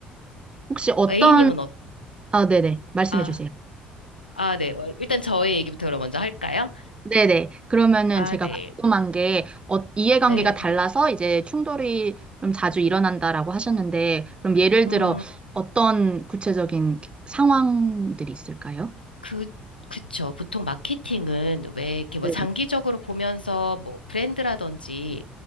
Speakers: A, on the right; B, on the left.
A: 혹시 어떤,
B: A님은 어,
A: 아, 네네. 말씀해
B: 아,
A: 주세요.
B: 아, 네. 어, 일단 저의 얘기부터 그럼 먼저 할까요?
A: 네네. 그러면은
B: 아,
A: 제가
B: 네.
A: 궁금한 게, 어, 이해관계가
B: 네.
A: 달라서 이제 충돌이 좀 자주 일어난다라고 하셨는데, 그럼 예를
B: 음.
A: 들어 어떤 구체적인 상황들이 있을까요?
B: 그, 그쵸. 보통 마케팅은 왜 이렇게 뭐
A: 네.
B: 장기적으로 보면서 뭐 브랜드라든지,